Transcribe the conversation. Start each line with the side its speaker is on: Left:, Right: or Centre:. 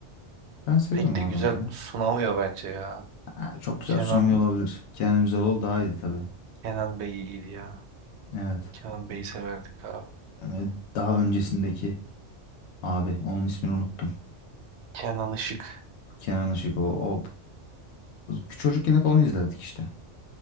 Left: Ben seviyorum
Right: Pek
Left: o
Right: de
Left: adamı
Right: güzel
Left: da ya.
Right: sunamıyor bence ya.
Left: Ha, çok güzel
Right: Kenan
Left: susamıyor olabilir. Kenan Üzeroğlu daha iyiydi tabii.
Right: Kenan Bey iyiydi ya.
Left: Evet.
Right: Kenan Bey'i severdik abi.
Left: Ee, Daha öncesindeki abi onun ismini unuttum.
Right: Kenan Işık.
Left: Kenan Işık o, o çocukken hep onu izlerdik işte.